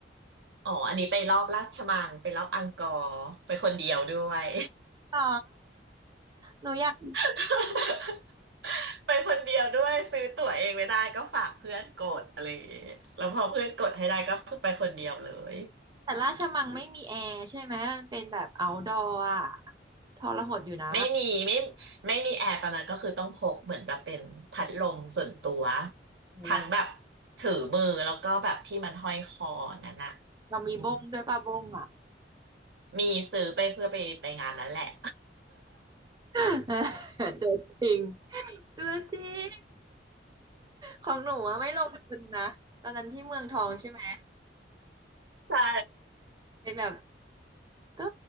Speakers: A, on the right (about 70°); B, on the right (about 25°).
A: อ๋ออันนี้ไปรอบราชมังไปรอบอังกอร์ไปคนเดียวด้วย
B: อ๋อหนูอยาก
A: <laughs> ไปคนเดียวด้วยซื้อตั๋วเองไม่ได้ก็ฝากเพื่อนกดอะไรอย่างเงี้ยแล้วพอเพื่อนกดให้ได้ก็คือไปคนเดียวเลย
B: แต่ราชมังไม่มีแอร์ใช่ไหมมันเป็นแบบ outdoor อะทรหดอยู่นะ
A: ไม่มีไม่ไม่มีแอร์ตอนนั้นก็คือต้องพกเหมือนแบบเป็นพัดลมส่วนตัวทั้งแบบ
B: แล้ว
A: ถือมือแล้วก็แบบที่มันห้อยคอนั่นน่ะ
B: เรามีบ้งด้วยป่ะบ้งอะ
A: อืมมีซื้อไปเพื่อไปไปงานนั้นแหละ
B: <laughs> ตัวจริงตัวจริงของหนูอะไม่ลงทุนนะตอนนั้นที่เมืองทองใช่ไหม
A: <laughs> ใช่
B: เป็นแบบ ก็